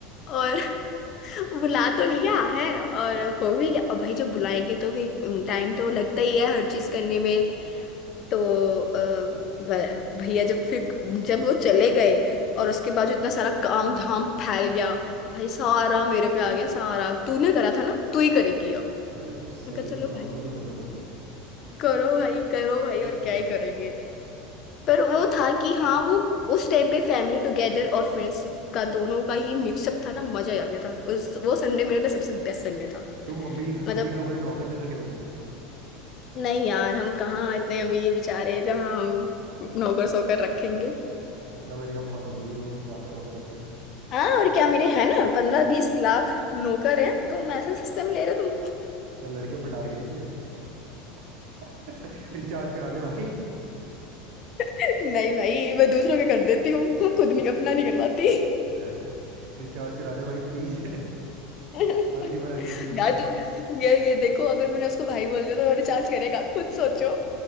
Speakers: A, on the left (about 45°); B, on the right (about 60°).
A: और <laughs> बुला तो लिया है और हो भी गया और भाई जब बुलाएंगे तो फिर टाइम तो लगता ही है हर चीज करने में तो अ, भ- भैया जब फिर जब वो चले गए और उसके बाद जो इतना सारा काम धाम फैल गया भाई सारा मेरे पे आ गया सारा तूने करा था ना तू ही करेगी अब
B: अरे तो सही
A: मैं कहा
B: है
A: चलो भाई
B: काम भी तो करना पड़ता है
A: करो भाई करो भाई
B: और
A: और
B: क्या
A: क्या ही
B: भाई
A: करेंगे पर वो था कि हाँ वो उस टाइम पे फैमिली टुगेदर और फ्रेंड्स का दोनों का ही मिक्सअप था ना मजा ही आ गया था उस वो संडे मेरे लिए सबसे बेस्ट संडे था
B: तुम अमीर
A: मतलब
B: अमीर लोगों ने नौकर नहीं रखे हुए हैं क्या
A: नहीं यार हम कहाँ इतने अमीर बेचारे जहाँ हम नौकर सोकर रखेंगे
B: क्या पता मैंने कहा बहुत अमीर हो नौकर वॉकर रखे हो
A: हाँ और क्या मेरे है ना पंद्रह बीस लाख नौकर हैं तुम ऐसे सस्ते में ले रहे हो
B: क्या लड़के पटार खेत में <laughs> रिचार्ज करा दे भाई
A: तुम <laughs> नहीं भाई मैं दूसरों के कर देती
B: <laughs>
A: हूँ <laughs> खुद नहीं अपना नहीं करवाती
B: <laughs> रिचार्ज करा दे भाई प्लीज <laughs>
A: <laughs>
B: अगली बार अगले को <laughs>
A: यार तो ये, ये देखो अगर मैंने उसको भाई बोल दिया तो रिचार्ज करेगा खुद सोचो